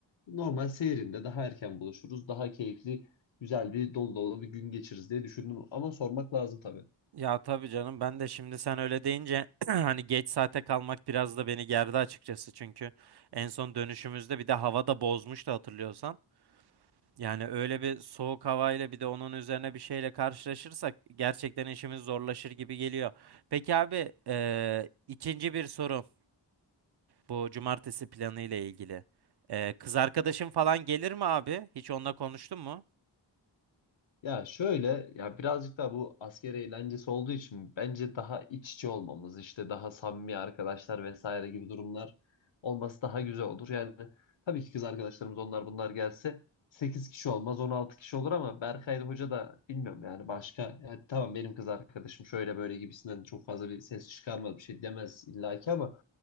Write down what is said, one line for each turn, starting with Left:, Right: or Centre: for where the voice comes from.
Left: Normal seyrinde daha erken buluşuruz. Daha keyifli, güzel bir dolu dolu bir gün geçiririz diye düşündüm. Ama sormak lazım tabii.
Right: Ya tabii canım ben de şimdi sen öyle deyince <clears throat> hani geç saate kalmak biraz da beni gerdi açıkçası çünkü en son dönüşümüzde bir de hava da bozmuştu hatırlıyorsan. Yani öyle bir soğuk havayla bir de onun üzerine bir şeyle karşılaşırsak gerçekten işimiz zorlaşır gibi geliyor. Peki abi eee, ikinci bir soru bu cumartesi planı ile ilgili. Eee, kız arkadaşın falan gelir mi abi? Hiç onunla konuştun mu?
Left: Ya şöyle ya birazcık da bu asker eğlencesi olduğu için bence daha iç içe olmamız işte daha samimi arkadaşlar vesaire gibi durumlar olması daha güzel olur. Yani tabii ki kız arkadaşlarımız onlar bunlar gelse 8 kişi olmaz 16 kişi olur ama Berkay ile Hoca da bilmiyorum yani başka yani tamam benim kız arkadaşım şöyle böyle gibisinden çok fazla bir ses çıkarmaz bir şey demez illaki ama